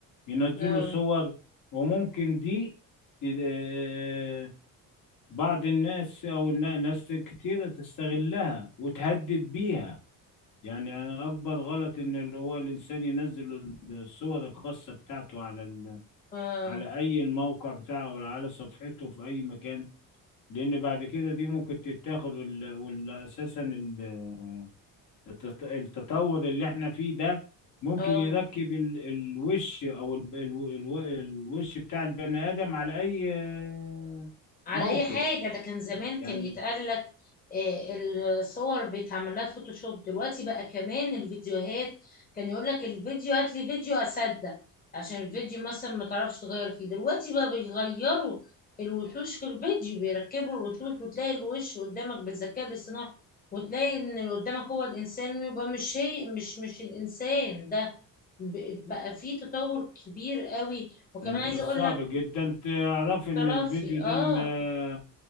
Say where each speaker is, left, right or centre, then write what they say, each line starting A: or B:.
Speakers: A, on the left (about 60°); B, on the left (about 25°).
A: ينزلوا
B: اه
A: صور وممكن دي ت- بعض الناس او النا- ناس كتيرة تستغلها وتهدد بيها يعني اكبر غلط ان اللي هو الانسان ينزل الصور الخاصة بتاعته على ال...
B: اه
A: على اي الموقع بتاعه ولا على صفحته في اي مكان لان بعد كده دي ممكن تتاخد وال... والاساسا ال- التط- التطور اللي احنا فيه ده ممكن
B: اه
A: يركب ال... الوش او ال... الو- الو- الوش بتاع البني ادم على اي آه،
B: على
A: موقف
B: اي حاجه ده كان زمان كان
A: يعني
B: يتقال لك آه، الصور بيتعمل لها فوتوشوب دلوقتي بقى كمان الفيديوهات كان يقول لك الفيديو هات لي فيديو اصدق عشان الفيديو مثلا ما تعرفش تغير فيه دلوقتي بقى بيغيروا الوشوش في الفيديو بيركبوا الوشوش وتلاقي الوش قدامك بالذكاء الاصطناعي وتلاقي ان اللي قدامك هو الانسان يبقى مش هي مش مش الانسان ده ب- بقى فيه تطور كبير قوي وكمان
A: ومن
B: عايزه
A: الصعب
B: اقول لك
A: جدا تعرف ان
B: طلع
A: الفيديو
B: في
A: ده
B: اه
A: م-